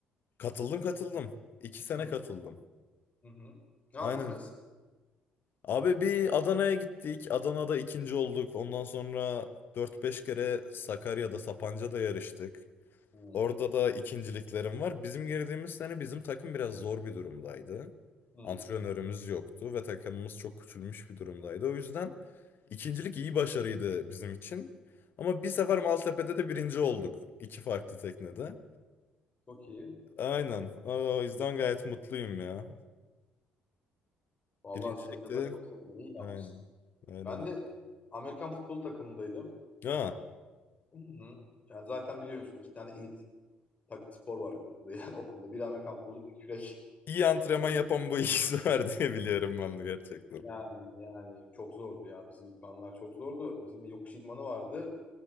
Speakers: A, on the left (about 50°); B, on the left (about 35°).
A: Katıldım katıldım. İki sene
B: Hı hı.
A: katıldım.
B: hı. Ne yaptınız?
A: Aynen. Abi bir Adana'ya gittik. Adana'da ikinci olduk. Ondan sonra dört beş kere Sakarya'da, Sapanca'da yarıştık.
B: Hı
A: Orada da ikinciliklerim var. Bizim girdiğimiz sene bizim takım biraz zor bir durumdaydı.
B: hı.
A: Antrenörümüz yoktu ve takımımız çok küçülmüş bir durumdaydı. O yüzden ikincilik iyi başarıydı bizim için. Ama bir sefer Maltepe'de de birinci olduk. İki farklı teknede.
B: Çok iyi.
A: Aynen. O yüzden gayet mutluyum ya.
B: Vallahi
A: Birincilik
B: senin adına
A: de
B: çok sevindim. İyi yapmışsın.
A: aynen. Aynen.
B: Ben
A: abi.
B: de Amerikan futbol takımındaydım.
A: Ha.
B: Hı hı. Yani zaten biliyorsun iki tane elit tak- spor var burada. <laughs> yani okulda. Biri Amerikan futbolu, biri kürek.
A: İyi antrenman
B: Şey,
A: yapan bu ikisi var diye biliyorum ben de gerçekten.
B: yani yani çok zordu ya. Bizim idmanlar çok zordu. Bizim yokuş idmanı vardı.